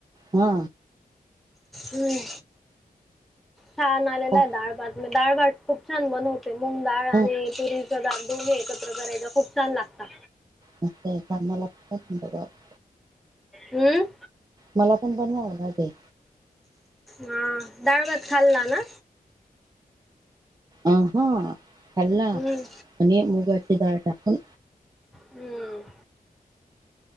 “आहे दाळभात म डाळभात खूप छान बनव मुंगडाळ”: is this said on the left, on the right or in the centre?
Centre